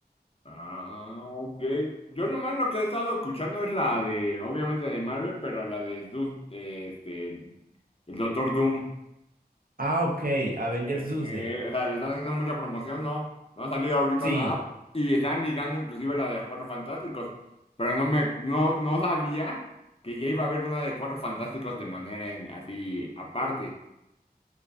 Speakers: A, on the left; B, on the right.
A: Ah, ok. Yo nomás lo que he estado escuchando es la de, obviamente de Marvel, pero la de, Doom, de, este, el Doctor Doom.
B: Ah, ok, Avengers
A: que,
B: Doomsday.
A: que, o sea, le están haciendo mucha promoción, no, no ha salido ahorita
B: Sí.
A: nada. Y están ligando inclusive la de los Cuatro Fantásticos. Pero no me, no, no sabía que ya iba a haber una de Cuatro Fantásticos de manera en- así aparte.